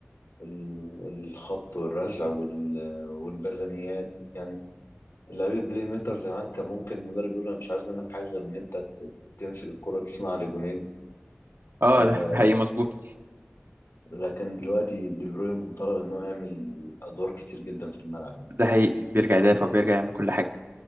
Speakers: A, on the left; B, on the right.
A: ال... الخبط والرزع وال... والبدنيات يعني لعيب البلاي ميكر زمان كان ممكن المدرب يقول انا مش عايز منك حاجه غير ان انت تمسك الكره تصنع لي جونين
B: اه
A: آه...
B: ده <laughs> ده حقيقي مظبوط
A: لكن دلوقتي دي بروين مطالب ان هو يعمل ادوار كتير جدا في الملعب
B: ده حقيقي بيرجع يدافع وبيرجع يعمل كل حاجة